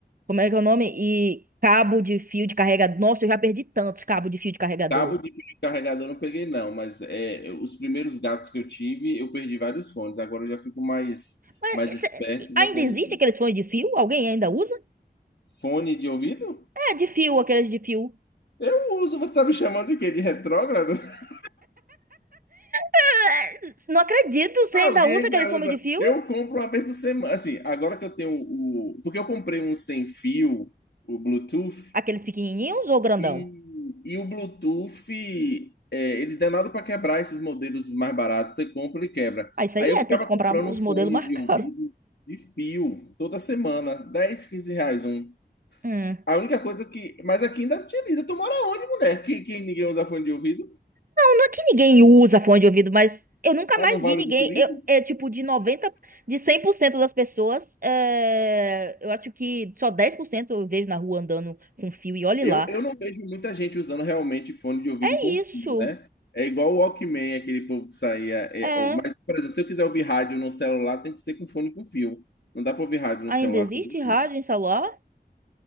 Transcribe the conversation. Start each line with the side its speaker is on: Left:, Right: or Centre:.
Right: como é que é o nome? E cabo de fio de carregador. Nossa, eu já perdi tantos cabos de fio de carregador.
Left: Cabo de fio de carregador eu não peguei, não, mas é, os primeiros gatos que eu tive, eu perdi vários fones. Agora eu já fico mais,
Right: Mas
Left: mais
Right: esse-
Left: esperto e
Right: ainda
Left: mantendo.
Right: existe
Left: longe.
Right: aqueles fones de fio? Alguém ainda usa?
Left: Fone de ouvido?
Right: É de fio, aqueles de fio.
Left: Eu uso. Você tá me chamando de quê? De retrógrado? <laughs>
Right: É, Não acredito, você
Left: Alguém
Right: ainda usa
Left: ainda
Right: aqueles fomes
Left: usa.
Right: de fio?
Left: Eu compro uma vez por semana. Assim, agora que eu tenho o. Porque eu comprei um sem fio, o Bluetooth,
Right: Aqueles pequenininhos ou grandão?
Left: E, e o Bluetooth, é, ele dá nada para quebrar esses modelos mais baratos. Você compra e quebra.
Right: Ah, isso
Left: Aí
Right: aí é,
Left: eu ficava
Right: tem que comprar
Left: comprando
Right: os
Left: um fone
Right: modelos mais
Left: de
Right: <laughs> caros.
Left: ouvido de fio toda semana, dez 15 reais um.
Right: Hum.
Left: A única coisa que. Mas aqui ainda utiliza. Tu mora onde, mulher? Que, que ninguém usa fone de ouvido?
Right: Não, não é que ninguém usa fone de ouvido, mas eu nunca
Left: Lá
Right: mais
Left: no Vale
Right: vi ninguém.
Left: do Silício?
Right: Eu, é tipo de 90 de 100% das pessoas, é, eu acho que só 10% eu vejo na rua andando com fio e olhe
Left: Eu,
Right: lá.
Left: eu não vejo muita gente usando realmente fone de ouvido
Right: É
Left: com
Right: isso.
Left: fio, né? É igual o Walkman, aquele povo que saía. é,
Right: É.
Left: ó, mas, por exemplo, se eu quiser ouvir rádio no celular, tem que ser com fone com fio. Não dá para ouvir rádio no
Right: Ainda
Left: celular
Right: existe
Left: com Bluetooth.
Right: rádio
Left: <laughs>
Right: em celular?